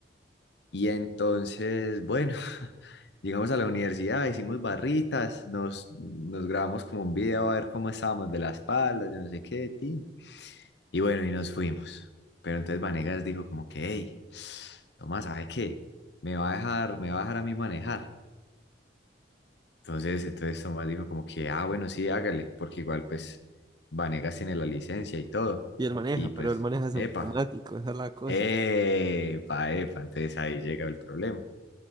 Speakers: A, on the left; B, on the right.
A: Y entonces, bueno, <laughs> llegamos a la universidad, hicimos barritas, nos, nos grabamos como un video a ver cómo estábamos de la espalda, yo no sé qué, tin. Y bueno, y nos fuimos. Pero entonces Vanegas dijo como que, hey, Tomás, ¿sabe qué? Me va a dejar, me va a dejar a mí manejar. Entonces, entonces Tomás dijo como que, ah, bueno, sí, hágale, porque igual pues Vanegas tiene la licencia y todo.
B: Y él maneja,
A: Y
B: pero
A: pues,
B: él maneja es
A: epa,
B: automático, esa es la cosa.
A: epa, epa, entonces ahí llega el problema.